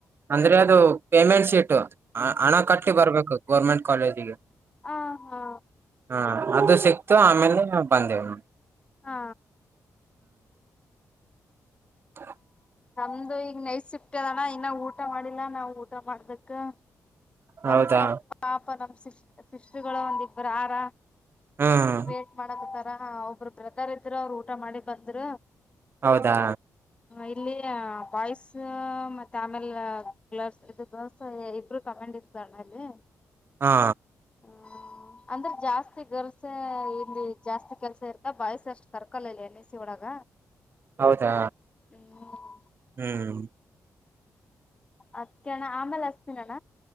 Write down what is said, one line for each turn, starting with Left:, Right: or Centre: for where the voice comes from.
Right: ಅಂದ್ರೆ ಅದು ಪೇಮೆಂಟ್ ಶೀಟ್. <unintelligible> ಹ ಹಣ ಕಟ್ಟಿ ಬರ್ಬೇಕು. ಗೋರ್ಮೆಂಟ್ ಕಾಲೇಜಿಗೆ.
Left: ಆ ಹಾ.
Right: ಹಾ ಅದು ಸಿಕ್ತು ಆಮೇಲೆ ಬಂದೆವು ನ.
Left: ಹಾ.
Right: ಹ.
Left: ನಮ್ದು ಈಗ ನೈಸಿಕ್ಟ್ಟದಾನ ಇನ್ನ ಊಟ. ಊಟ ಮಾಡಿಲ್ಲಾ ನಾವು ಊಟ ಮಾಡ್ಬೇಕು. <unintelligible> ನಮ್ಸಲ
Right: ಹೌದಾ
Left: ಪಾಪ ನ. ಶ ಶಿಸಷ್ಟುಗಳು ಒಂದಿಬ್ಬರು ಆಾರ.
Right: ಹ್ಮ್
Left: ವೇಟ್ ಮಾಡದುಕರ ಒಬ್ರು ಬರ್ತಾರೆ. ಅವರು ಊಟ ಮಾಡಿ ಬಂದ್ರ.
Right: ಹೌದಾ
Left: ಇಲ್ಲಿ ಬಾಯ್ಸ್ ಮತ್ತೆ ಆಮೇಲೆ ಗರ್ಸ್ ಇದು ಗರ್ಲ್ಸ್ ಇಬ್ರು ಕಮಂಡ್ ಇರ್. <unintelligible>
Right: ಹಾ.
Left: ಹ್ಮ್ ಅಂದ್ರೆ ಜಾಸ್ತಿ ಗರ್ಲ್ಸ್ ಇಲ್ಲಿ ಜಾಸ್ತಿ ಕೆಲ್ಸ ಇರ್ತ ಬಾಯ್ಸ್ ಅಷ್ಟು ಕರ್ಕಲ್ಲ ಇಲ್ಲಿ ಎನ್ ಎ ಸಿ ಒಳಗ.
Right: ಹೌದಾ
Left: ಹ್ಮ್
Right: ಹ್ಮ್.
Left: ಅದ್ಕಣ್ಣ ಆಮೇಲೆ ಹಸ್ತೀನ ಅಣ್ಣ.